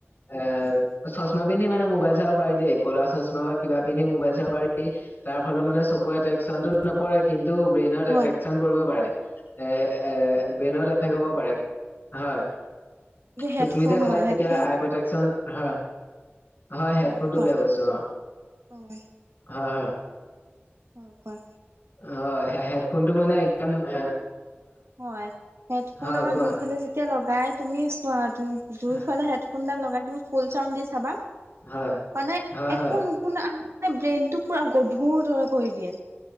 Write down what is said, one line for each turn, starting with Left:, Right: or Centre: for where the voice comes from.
Left: এ
Right: হয়, হয়, হয়,
Left: চশমা পিন্ধি মানে মোবাইল চাব পাৰি দে কলা চশমা বা কিবা পিন্ধি মোবাইল চাব পাৰিব তাৰ ফলত মানে চকুৰ এফেক্টচনতো নপৰে কিন্ত ব্ৰেইনত
Right: হয়, হয়।
Left: এফেক্টচন
Right: হয়।
Left: পৰিব পাৰে এ এ ব্ৰেইনত এফেক্ট হ'ব পাৰে হয়।
Right: হেডফোন
Left: তুমি যে ক'লা
Right: হয়, হেডফোনটো
Left: এতিয়া আই প্ৰতেকচন হয় হয় হেডফোনটো
Right: উম, কোৱা।
Left: বেয়া বস্তু অহ
Right: অ',
Left: হয় হয়।
Right: অহ কোৱা।
Left: হয় হেডফোনটো মানে একদম এ
Right: হয় হেডফোন
Left: হয়
Right: আমাৰ
Left: কোৱা
Right: দুইফালে যেতিয়া লগাই তুমি চোৱা দুইফালে
Left: আহ,
Right: হেড ফোনডাল লগাই দি তুমি ফুল চাউন দি চাবা
Left: হয়
Right: মানে
Left: হয়,
Right: একো
Left: হয়।
Right: নু শুনা ব্ৰেইনটো পুৰা গধুৰ দৰে কৰি দিয়ে